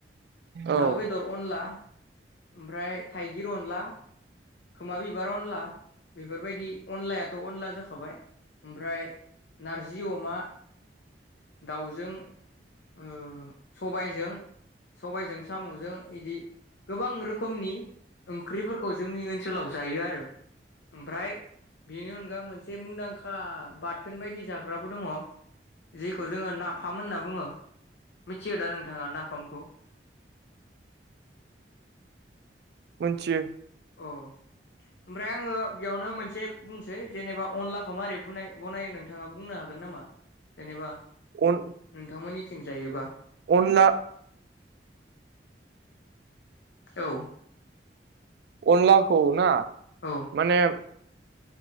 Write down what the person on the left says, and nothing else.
दाउ बेदर अनला ओमफ्राय थाइगिर अनला खोमा बिबार अनला बेफोरबायदि अनलायाथ' अनला जाखाबाय ओमफ्राय नारजि अमा दाउजों ओ सबायजों सबायजों साम'जों इदि गोबां रोखोमनि ओंख्रिफोरखौ जोंनि ओनसोलाव जायो आरो ओमफ्राय बेनि अनगा मोनसे मुंदांखा बाथोन बायदि जाग्राबो दङ जेखौ जोङो नाफाम होनना बुङो मिथियो दा नोंथाङा नाफामखौ <inaudible>
अ ओमफ्राय आङो बेयावनो मोनसे बुंसै जेनेबा अनलाखौ मारै बनाय बनायो नोंथाङा बुंनो हागोन हागोन नामा जेनेबा
नोंथांमोननिथिं जायोबा
औ
औ